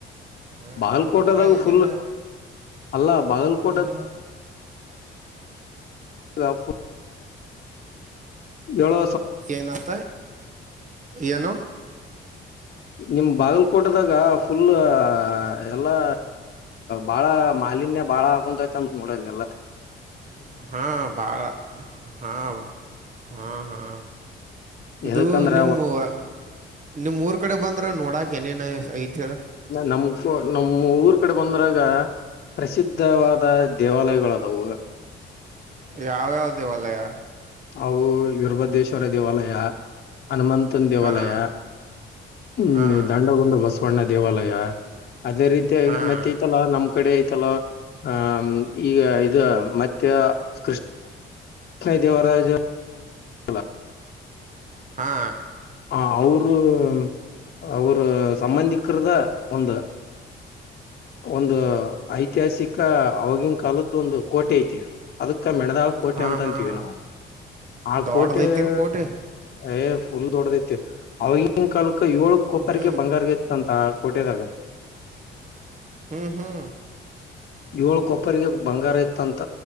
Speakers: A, on the right; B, on the left.
A: ಹಾಂ
B: ಬಾಗಲ್ಕೋಟದಾಗ
A: ನಿಮ್ಮ ಊರಾಗ ಏನೇನು
B: ಫುಲ್ ಅಲ್ಲ ಬಾಗಲಕೋಟ
A: ಹಾಂ ನಿಮ್ಮ
B: <unintelligible> ಏಳೋ.
A: ಏನಾತ. ಏನು.
B: ನಿಮ್ ಬಾಗಲ್ಕೋಟದಾಗ ಫುಲ್ ಎಲ್ಲಾ ಬಾಳ ಮಾಲಿನ್ಯ ಬಾಳ ಆಗಾಕುಂತೈತ ಅಂತ ನೋಡಲ್ಲೆಲ್ಲ.
A: ಹಾ ಭಾಳ ಹಾ ಹಾ. ಹಾ. ಇದು
B: ಎದಕಂದ್ರ
A: ನಿಮ್ ವ ನಿಮ್ಮೂರ. ಕಡೆ ಬಂದ್ರ ನೋಡಾಕ್ ಏನೇನ್ ಐ ಐತ ಹೇಳ.
B: ನಮ್ ನಮ್ ಊರ್ ಕಡೆ ಬಂದ್ರಾಗ ಪ್ರಸಿದ್ಧವಾದ ದೇವಾಲಯಗಳದಾವ.
A: ಯಾವ್ಯಾವ ದೇವಾಲಯಾ.
B: ಅವು ವೀರಭದ್ರೇಶ್ವರ ದೇವಾಲಯ. ಹನುಮಂತನ್ ದೇವಾಲಯಾ
A: ಹಾಂ
B: ಹ್ಮ
A: ಹಾಂ
B: ದಾಂಡಗುಂಡ್ ಬಸ ಪಣ್ಣ ದೇವಾಲಯ. ಅದೇ ರೀತಿಯಾಗಿ
A: ಹಾಂ
B: ಮತೈತ್ತಲ್ಲಾ ನಮ್ ಕಡೆ. ತಲ ಆಂ ಈಗ ಇದು ಮತ್ತ ಕೃಷ ಕೈದೇವರಾಜ <unintelligible> ಹಲ <unintelligible>
A: ಹಾ.
B: ಹ ಅವರು ಉಮ್ ಅವ್ರ ಸಂಬಂಧಿಕರದ ಒಂದು. ಒಂದು ಐತಿಹಾಸಿಕ ಆವಾಗಿನ ಕಾಲದ್ದು ಒಂದು ಕೋಟೆ ಐತಿ ಅದಕ್. ಕ್ಕ ಮೆಣದಾಳ್ ಕೋಟಿ
A: ಹಾಂ
B: ಅಂತಂತೀವಿ
A: ಹಾಂ
B: ನಾವು ಆ
A: ದೊಡ್ಡದೈತೇನು
B: ಕೋಟೆ <unintelligible>
A: ಕೋಟಿ
B: ಫುಲ್ ದೊಡದೈತೆ <unintelligible> ಕಾಲ. ಕ್ಕ ಏಳು ಕೊಪ್ಪರೆಗೆ
A: ಹ್ಞೂ
B: ಬಂಗಾರವಿತ್ತಂತ. ಕೊಟೆದಾಗ.
A: ಹ್ಮ ಹ್ಮ.
B: ಏಳ್ ಕೊಪ್ಪರಿಗೆ ಬಂಗಾರ ಇತ್ತಂತ